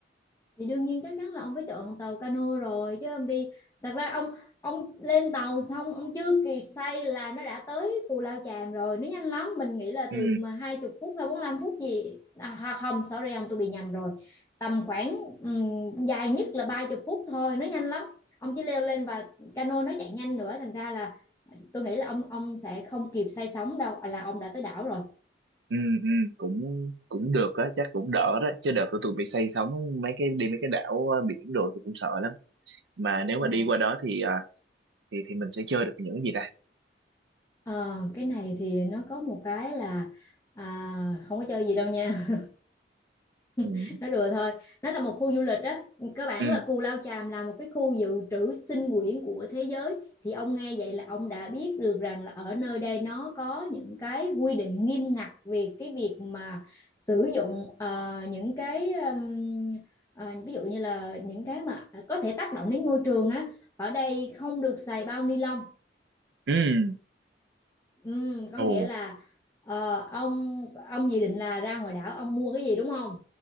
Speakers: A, on the left (about 15°); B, on the right (about 75°).
A: thì đương nhiên chắc chắn là ông phải chọn tàu cano rồi chứ ông đi thật ra ông ông lên tàu xong ông chưa kịp say là nó đã tới Cù Lao Chàm rồi nó nhanh lắm mình nghĩ là từ
B: ừ
A: mà hai chục phút hay bốn lăm phút gì à, à, không sorry ông tôi bị nhầm rồi tầm khoảng ừm, dài nhất là ba chục phút thôi nó nhanh lắm ông chỉ leo lên và cano nó chạy nhanh nữa thành ra là tôi nghĩ là ông ông sẽ không kịp say sóng đâu là ông đã tới đảo rồi
B: ừ ừ cũng cũng được á chắc cũng đỡ đó chứ đợt của tôi bị say sóng mấy cái đi mấy cái đảo ờ, biển đồ tôi cũng sợ lắm mà nếu mà
A: Ờ.
B: đi qua đó thì ờ, thì thì mình sẽ chơi được những cái gì ta
A: Ờ, cái này thì nó có một cái là à, không có chơi gì đâu nha
B: ừ
A: <laughs> nó đùa thôi nó là một khu du lịch á cơ bản
B: ừ
A: là Cù Lao Chàm là một cái khu dự trữ sinh quyển của thế giới thì ông nghe vậy là ông đã biết được rằng là ở nơi đây nó có những cái quy định nghiêm ngặt về cái việc mà sử dụng ờ, những cái ừm, ờ, ví dụ như là những cái mà có thể tác động đến môi trường á ở đây không được xài bao ni lông
B: ừ
A: Ừ, có
B: ồ
A: nghĩa là ờ, ông ông dự định là ra ngoài đảo ông mua cái gì đúng không?